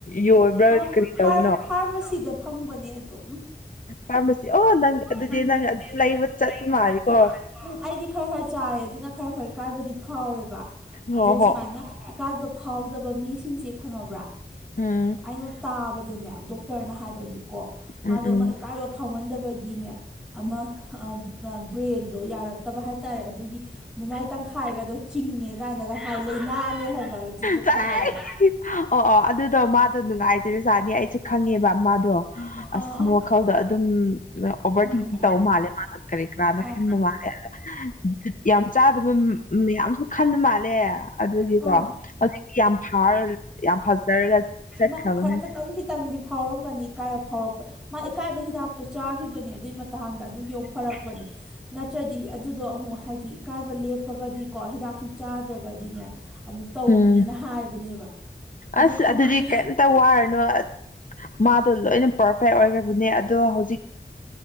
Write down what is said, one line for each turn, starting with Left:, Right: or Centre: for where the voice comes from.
Left: ꯌꯣꯟꯕ꯭ꯔꯥ
Centre: ꯑ
Left: ꯀꯔꯤ ꯇꯧꯕꯅꯣ
Centre: ꯐ꯭ꯥꯔꯞ ꯐ꯭ꯥꯔꯞ ꯃꯁꯤꯗ ꯐꯪꯕꯅꯦ ꯑꯗꯨꯝ
Left: ꯐꯥꯔꯃꯥꯁꯤ ꯑꯣ ꯅꯪ ꯑꯗꯨꯗꯤ
Centre: ꯅꯪ
Left: ꯑꯗꯨꯝ ꯂꯩꯕ ꯆꯠꯄ
Centre: ꯂꯩꯔ
Left: ꯃꯥꯜꯂꯤꯀꯣ
Centre: <unintelligible> <inaudible> ꯈꯔ ꯈꯔ ꯆꯥꯏꯌꯦ ꯑꯗꯨꯅ ꯈꯔ ꯈꯔ ꯏꯀꯥꯏꯕꯗꯤ ꯐꯥꯎꯋꯦꯕ ꯑꯗꯣ
Left: ꯍꯣ ꯍꯣ
Centre: ꯁꯨꯃꯥꯏꯅ ꯏꯀꯥꯏꯕ ꯐꯥꯎꯗꯕ ꯃꯤꯁꯤꯡꯁꯦ ꯈꯪꯉꯕ꯭ꯔꯥ
Left: ꯎꯝ
Centre: ꯅ ꯇꯥꯕꯗꯅꯦ ꯗꯣꯛꯇꯔꯅ ꯍꯥꯏꯕꯅꯤꯀꯣ ꯃꯥꯗꯣ
Left: ꯎꯝ
Centre: ꯑꯃ
Left: ꯎꯝ
Centre: ꯏꯀꯥꯏꯕ ꯐꯥꯎꯍꯟꯗꯕꯒꯤꯅꯦ ꯑꯃ ꯕ꯭ꯔꯦꯟꯗꯣ ꯌꯥꯔꯛꯇꯕ ꯍꯥꯏ ꯇꯥꯔꯦ ꯑꯗꯨꯒꯤ ꯃꯃꯥꯏ ꯇꯪꯈꯥꯏꯒꯗꯣ ꯆꯤꯡꯉꯦ ꯀꯥꯏꯅꯒ ꯍꯥꯏ ꯂꯥꯏꯅꯥꯅꯦ ꯍꯥꯏꯕ ꯑꯗꯨꯗꯣ
Left: ꯆꯥꯏ
Centre: ꯈꯪꯉꯕ꯭ꯔꯥ
Left: ꯑꯣ-ꯑꯣ ꯑꯗꯨꯗꯣ ꯃꯥꯗꯣ ꯑꯗꯨꯝ ꯉꯥꯏꯗꯔꯖꯨ <inaudible> ꯑꯩꯁꯨ ꯈꯪꯉꯦꯕ ꯃꯥꯗꯣ
Centre: ꯑꯥ
Left: ꯑꯁ ꯋꯥꯈꯜꯗꯣ ꯑꯗꯨꯝ ꯑꯣꯚꯔ
Centre: ꯎꯝ
Left: ꯊꯤꯡꯀꯤꯡ ꯇꯧꯕ ꯃꯥꯜꯂꯦ ꯃꯥ ꯀꯔꯤ ꯀꯔꯥꯅ
Centre: ꯑꯥ
Left: ꯈꯟꯕ ꯃꯥꯜꯂꯦ ꯑꯗ ꯌꯥꯝ ꯆꯥꯗꯕ ꯎ ꯃꯌꯥꯝꯁꯨ ꯈꯟꯕ ꯃꯥꯜꯂꯦ ꯑꯗꯨꯒꯤꯀꯣ
Centre: ꯑꯥ
Left: ꯍꯧꯖꯤꯛꯇꯤ ꯌꯥꯝ ꯐꯥꯔ ꯌꯥꯝ ꯐꯖꯔꯒ ꯆꯠꯈ꯭ꯔꯕꯅꯦ
Centre: ꯃꯥ ꯈꯔ ꯈꯤꯇꯪ ꯈꯤꯇꯪꯗꯤ ꯐꯥꯎꯔꯝꯒꯅꯤ ꯏꯀꯥꯏꯕ ꯐꯥꯎꯔꯛꯄ ꯃꯥ ꯏꯀꯥꯏꯕꯩ ꯍꯤꯗꯥꯛꯇꯣ ꯆꯥꯈꯤꯕꯅꯦ ꯑꯗꯨꯒꯤ ꯃꯇꯥꯡꯗ ꯑꯗꯨꯒꯤ ꯑꯃꯨꯛ ꯐꯔꯛꯄꯅꯦ ꯅꯠꯇ꯭ꯔꯗꯤ ꯑꯗꯨꯗꯣ ꯑꯃꯨꯛ ꯍꯥꯏꯗꯤ ꯏꯀꯥꯏꯕ ꯂꯦꯞꯄꯒꯗꯤꯀꯣ ꯍꯤꯗꯥꯛꯁꯨ ꯆꯥꯗ꯭ꯔꯒꯗꯤꯅꯦ ꯑꯃꯨꯛ ꯇꯧꯋꯅꯤꯅ
Left: ꯎꯝ
Centre: ꯍꯥꯏꯕꯅꯦꯕ ꯑ
Left: ꯑꯁ
Centre: ꯈꯪꯗꯦ
Left: ꯑꯗꯨꯗꯤ ꯀꯩꯝꯇ ꯋꯥꯔꯅꯣ ꯃꯥꯗꯣ ꯂꯣꯏꯅ ꯄꯔꯐꯦꯛ ꯑꯣꯏꯈ꯭ꯔꯕꯅꯦ ꯑꯗꯣ ꯍꯧꯖꯤꯛ